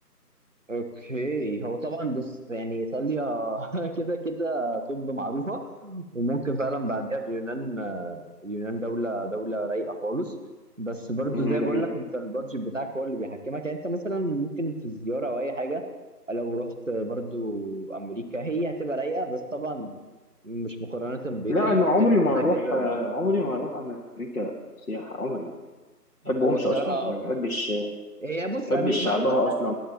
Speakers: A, on the right (about 50°); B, on the left (about 65°).
A: اوكي هو طبعا بص يعني ايطاليا <laughs> كده كده طب معروفه وممكن فعلا بعدها اليونان آه، اليونان دوله دوله رايقه خالص بس برضو
B: امم
A: زي بقول
B: جميل
A: لك انت البادجت بتاعك هو اللي بيحكمك يعني انت مثلا ممكن في الزياره او اي حاجه لو رحت برضو امريكا هي هتبقى رايقه بس طبعا مش مقارنه بايطالي
B: لا انا عمري
A: ايطالي كده
B: ما اروح
A: كده
B: عمري ما اروح امريكا سياحه عمري ما بحبهمش
A: هو الصراحه
B: اصلا يعني ما بحبش
A: هي بص
B: بحبش
A: امريكا
B: شعبها
A: معروفه
B: اصلا